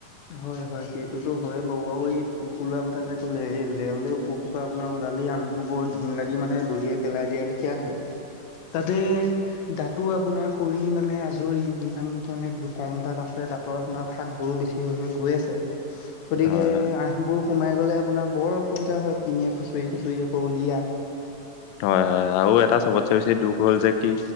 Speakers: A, on the left; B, on the left.
A: হয় হয় সেইটোতো হয় বাৰু আৰু এই পোক‌ উলোৱা কথা যে ক'লে এ লেও দেও। পোকখোপা আপোনাৰ ওলালেই আমটো বৰ ঘিন লাগি মানে দলিয়ে পেলাই দিয়া লেখিয়া হয়। ততে। দাঁতো আপোনাৰ খৰি মানে আজৰি ইমানানে কম দাঁত আছে দাঁতৰ আপোনাৰ ফাগ বোৰো দেখি। হৈ হৈ গৈ আছে গতিকে
B: হয় হয়
A: আহ। বোৰ সোমাই গ'লে আপোনাৰ বৰ অসুবিধা হয় পিঙে খুচৰি খুচৰি আকৌ উলিয়া।
B: হয় হয় আৰু এটা চবতছে বেছি দুখ হ'ল যে কি।